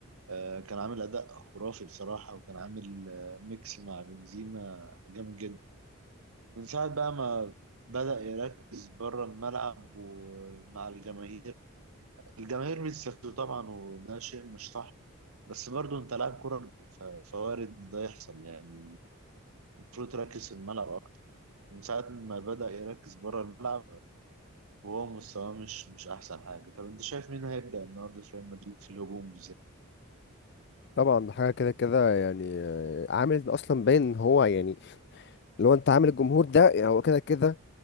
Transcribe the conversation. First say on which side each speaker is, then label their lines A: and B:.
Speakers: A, on the right; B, on the left.
A: آه، كان عامل أداء خرافي بصراحة وكان عامل آه، ميكس مع بنزيما جامد جدا من ساعة بقى ما بدأ يركز بره الملعب ومع الجماهير الجماهير بيستفزوا طبعا وده شيء مش صح بس برضه انت لاعب كرة ف- فوارد ده يحصل يعني المفروض تركز في الملعب من ساعة ما بدأ يركز بره الملعب وهو مستواه مش مش أحسن حاجة طب أنت شايف مين هيبدأ النهاردة في ريال مدريد في الهجوم بالذات
B: طبعا ده حاجة كده كده يعني آه، عامل اصلا باين ان هو يعني لو انت عامل الجمهور ده يعني هو كده كده